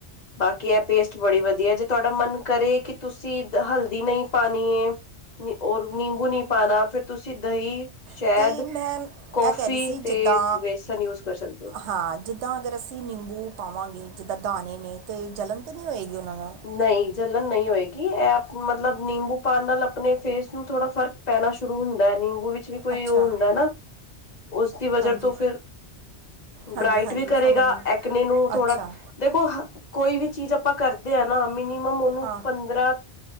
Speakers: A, on the left; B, on the right.
A: ਬਾਕੀ ਇਹ ਪੇਸਟ ਬੜੀ ਵਧੀਆ ਜੇ ਤੁਹਾਡਾ ਮਨ ਕਰੇ ਕਿ ਤੁਸੀਂ ਹਲਦੀ ਨਈ ਪਾਣੀ ਏ, ਔਰ ਨਿੰਬੂ ਨੀ ਪਾਣਾ, ਫਿਰ ਤੁਸੀਂ ਦਹੀਂ ਸ਼ਹਿਦ,
B: ਅਤੇ ਮੈਂ ਇਹ
A: ਕੌਫੀ
B: ਕਹਿ ਰਹੀ ਸੀ
A: ਤੇ
B: ਜਿੱਦਾਂ
A: ਬੇਸਨ ਯੂਜ ਕਰ ਸਕਦੇ ਓ।
B: ਹਾਂ, ਜਿੱਦਾਂ ਅਗਰ ਅਸੀਂ ਨਿੰਬੂ ਪਾਵਾਂਗੇ ਜਿੱਦਾਂ ਦਾਣੇ ਨੇ ਤੇ ਜਲਣ ਤਾਂ ਨੀ ਹੋਏਗੀ ਉਹਨਾਂ ਨਾਲ।
A: ਨਹੀਂ, ਜਲਣ ਨੀ ਹੋਏਗੀ ਇਹ ਮਤਲਬ ਨਿੰਬੂ ਪਾਣ ਨਾਲ ਆਪਣੇ ਫੇਸ ਨੂੰ ਥੋੜਾ ਫਰਕ ਪੈਣਾ ਸ਼ੁਰੂ ਹੁੰਦਾ ਐ, ਨਿੰਬੂ ਵਿੱਚ ਵੀ ਕੋਈ
B: ਅੱਛਾ
A: ਉਹ ਹੁੰਦਾ ਨਾ, ਉਸਦੀ ਵਜਾ
B: ਹਾਂਜੀ
A: ਤੋਂ ਫਿਰ
B: ਹਾਂਜੀ
A: ਬ੍ਰਾਈਟ
B: ਹਾਂਜੀ
A: ਵੀ ਕਰੇਗਾ
B: ਸਮਝ ਗਈ
A: ਐਕਨੇ ਨੂੰ ਥੋੜਾ
B: ਅੱਛਾ
A: ਦੇਖੋ ਕੋਈ ਵੀ ਚੀਜ਼ ਆਪਾਂ ਕਰਦੇ ਆ ਨਾ ਮਿਨੀਮਮ ਉਹਨੂੰ
B: ਹਾਂ
A: ਪੰਦਰਾਂ